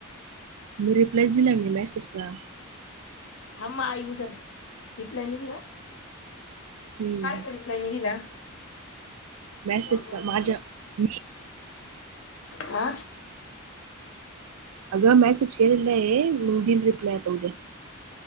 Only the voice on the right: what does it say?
मी रिप्लाय दिला मेसेजला
हम्म
मेसेजचा
माझ्या मी
अग मॅ सच क दिलाय म दिन रिपलाय तऊ द्या